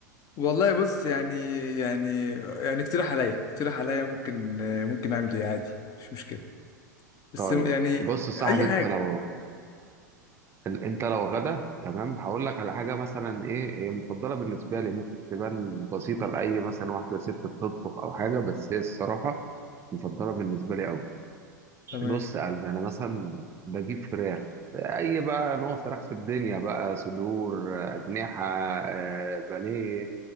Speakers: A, on the left; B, on the right.
A: والله بص يعني يعني يعني اقترح عليا اقترح عليا ممكن ممكن اعمل ايه عادي مش مشكله بس
B: طيب
A: يعني
B: بص يا صاحبي
A: اي
B: انت
A: حاجه
B: لو ال- انت لو غدا تمام هقول لك على حاجة مثلا ايه هي مفضلة بالنسبة لي ممكن تبان بسيطة لأي مثلا واحدة ست بتطبخ أو حاجة بس هي الصراحة مفضلة بالنسبة لي أوي
A: تمام
B: بص يا قلبي أنا مثلا بجيب فراخ أي بقى نوع فراخ في الدنيا بقى صدور أجنحة آه، بانيه